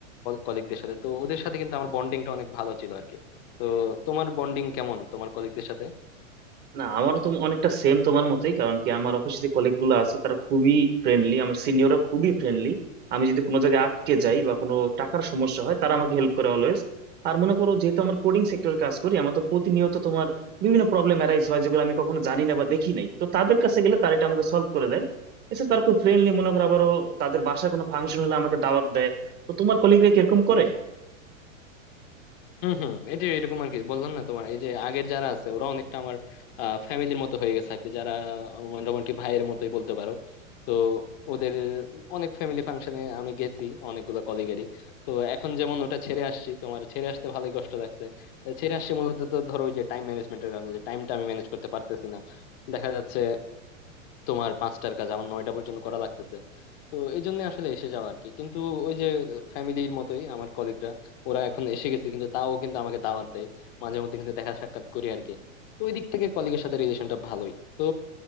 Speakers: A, on the left (about 40°); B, on the right (about 25°).
A: কলিগদের সাথে তো ওদের সাথে কিন্তু আমার বন্ডিংটা অনেক ভালো ছিল আর কি তো তোমার বন্ডিং কেমন তোমার কলিগদের সাথে
B: না আমারও তো অনেকটা সেম তোমার মতোই কারণ কি আমার অফিসে যে কলিগ গুলো আছে তারা খুবই ফ্রেন্ডলি আমার সিনিয়ররা খুবই ফ্রেন্ডলি আমি যদি কোনো জায়গায় আটকে যাই বা কোনো টাকার সমস্যা হয় তারা আমাকে হেল্প করে অলওয়েজ আর মনে করো যেহেতু আমার কোডিং সেক্টরে কাজ করি আমার তো প্রতিনিয়ত তোমার বিভিন্ন প্রবলেম অ্যারাইজ হয় যেগুলো আমি কখনো জানি না বা দেখি নাই তো তাদের কাছে গেলে তারা এটা আমাকে সলভ করে দেয় এছাড়া তারা খুব ফ্রেন্ডলি মনে করো আবারও তাদের বাসায় কোনো ফাংশন হলে আমাকে দাওয়াত দেয় তো তোমার কলিগরা কিরকম করে
A: হম হম এই যে এরকম আর কি বললাম না তোমার এই যে আগের যারা আছে ওরা অনেকটা আমার ফ্যামিলির মতো হয়ে গেছে আর কি যারা আমার মোটামুটি ভাইয়ের মতোই বলতে পারো তো ওদের অনেক ফ্যামিলি ফাংশনে আমি গেছি অনেকগুলো কলিগেরই তো এখন যেমন ওটা ছেড়ে আসছি তোমার ছেড়ে আসতে ভালোই কষ্ট লাগছে ছেড়ে আসছি মূলত তো ধরো ওই যে টাইম ম্যানেজমেন্টের কারণে যে টাইমটা আমি ম্যানেজ করতে পারতেছি না দেখা যাচ্ছে তোমার পাঁচটার কাজ আমার নয়টা পর্যন্ত করা লাগতেছে তো এই জন্য আসলে এসে যাওয়া আর কি কিন্তু ওই যে ফ্যামিলির মতোই আমার কলিগরা ওরা এখন এসে গেছে কিন্তু তাও কিন্তু আমাকে দাওয়াত দেয় মাঝে মধ্যে কিন্তু দেখা সাক্ষাৎ করি আর কি তো ওই দিক থেকে কলিগের সাথে রিলেশনটা ভালোই তো